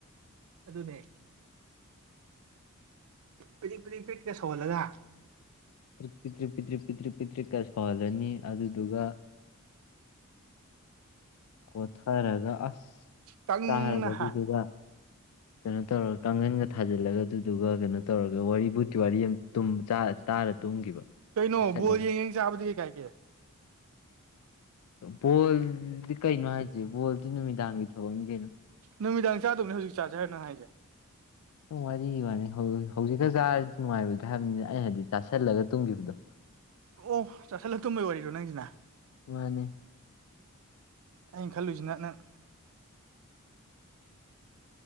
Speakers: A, on the right (about 65°); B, on the left (about 80°).
A: ꯑꯗꯨꯅꯦ ꯄꯤꯔꯤꯛ ꯄꯤꯗꯤꯛ ꯄꯤꯔꯤꯠꯀ ꯁꯧꯍꯜꯂꯒ
B: ꯄꯤꯛ ꯄꯤ꯭ꯛ ꯄꯤꯛ ꯄꯤ꯭ꯔꯤꯛ ꯄꯤꯛꯇ꯭ꯔꯤꯛꯀꯔ ꯁꯧꯍꯜꯂꯅꯤ ꯑꯗꯨꯗꯨꯒ ꯀꯣꯊꯔꯒ ꯑꯁ
A: ꯀꯪꯅ
B: ꯆꯥꯔꯒ ꯑꯗꯨꯗꯨꯒ
A: ꯍꯥ
B: ꯀꯩꯅꯣ ꯇꯧꯔꯒ ꯀꯥꯡꯈꯟꯒ ꯊꯥꯖꯤꯜꯂꯒ ꯑꯗꯨꯗꯨꯒ ꯀꯩꯅꯣ ꯇꯧꯔꯒ ꯋꯥꯔꯤ ꯕꯨꯠꯀꯤ ꯋꯥꯔꯤ ꯑꯃ ꯇꯥꯔ ꯇꯨꯝꯈꯤꯕ
A: ꯀꯩꯅꯣ
B: ꯆꯥꯁꯜꯂꯒ
A: ꯕꯣꯔ ꯌꯦꯡ ꯌꯦꯡ ꯆꯥꯕꯗꯤ ꯀꯩ ꯀꯥꯏ ꯀꯦ
B: ꯕꯣꯜꯗꯤ ꯀꯩꯅꯣ ꯍꯥꯏꯁꯦ ꯕꯣꯜꯗꯤ ꯅꯨꯃꯤꯗꯥꯡꯒꯤ ꯊꯕꯛꯅꯤ ꯀꯩꯅꯣ
A: ꯅꯨꯃꯤꯗꯥꯡ ꯆꯥꯗꯧꯕꯅꯦ ꯍꯧꯖꯤꯛ ꯆꯥꯖꯈꯔ ꯅꯪ ꯍꯥꯏꯁꯦ
B: ꯋꯥꯔꯤ ꯋꯥꯅꯤ ꯍꯧꯖꯤꯛꯀ ꯆꯥꯔꯗꯤ ꯅꯨꯡꯉꯥꯏꯔꯣꯏꯗ꯭ꯔꯦ ꯍꯥꯏꯕꯅꯤꯅ ꯑꯩꯅ ꯍꯥꯏꯗꯤ ꯆꯥꯥꯁꯜꯂꯒ ꯇꯨꯝꯈꯤꯕꯗꯣ
A: ꯑꯣ ꯑꯣ ꯆꯥꯁꯤꯜꯂꯛꯇꯕꯩ ꯋꯥꯔꯤꯗꯣ ꯅꯪꯁꯤꯅ
B: ꯃꯥꯅꯦ
A: ꯑꯩꯅ ꯈꯜꯂꯨꯁꯤ ꯅ ꯅꯪ